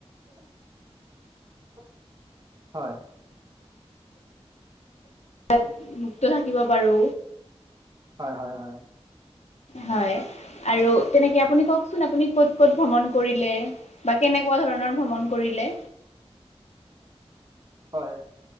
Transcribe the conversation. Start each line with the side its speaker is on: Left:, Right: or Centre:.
Right: <unintelligible> হয়।
Left: তাত মুক্ত থাকিব পাৰো।
Right: হয় হয় হয়।
Left: হয় আৰু তেনেকে আপুনি কওক চোন আপুনি ক'ত ক'ত ভ্ৰমণ কৰিলে বা কেনেকুৱা ধৰণৰ ভ্ৰমণ কৰিলে?
Right: হয়